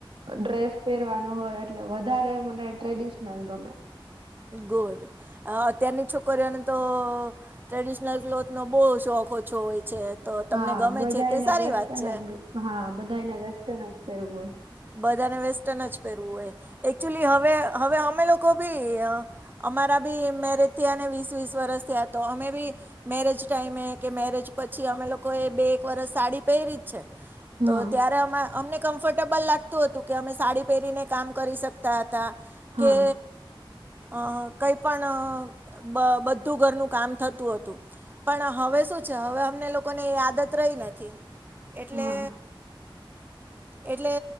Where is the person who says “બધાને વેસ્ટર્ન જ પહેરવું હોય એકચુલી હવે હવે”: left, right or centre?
Right